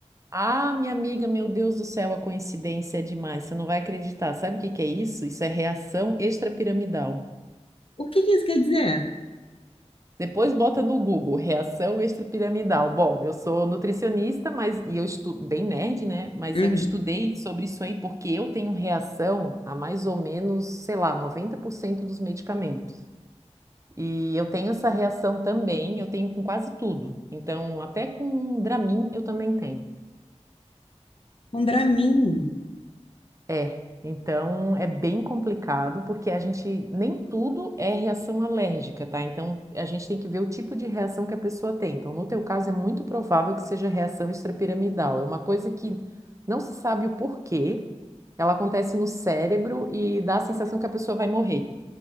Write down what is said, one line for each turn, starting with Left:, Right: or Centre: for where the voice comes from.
Right: Ah, minha amiga, meu Deus do céu, a coincidência é demais, você não vai acreditar. Sabe o que que é isso? Isso é reação extrapiramidal.
Left: O que que isso quer dizer?
Right: Depois bota no Google, reação extrapiramidal. Bom, eu sou nutricionista, mas e eu estudo bem nerd, né? Mas
Left: Uhum.
Right: eu estudei sobre isso aí porque eu tenho reação a mais ou menos, sei lá, 90% dos medicamentos. E eu tenho essa reação também, eu tenho com quase tudo. Então, até com Dramin eu também tenho.
Left: Um Dramin.
Right: É, então é bem complicado, porque a gente nem tudo é reação alérgica, tá? Então a gente tem que ver o tipo de reação que a pessoa tem. Então, no teu caso, é muito provável que seja reação extrapiramidal. É uma coisa que não se sabe o porquê, ela acontece no cérebro e dá a sensação que a pessoa vai morrer.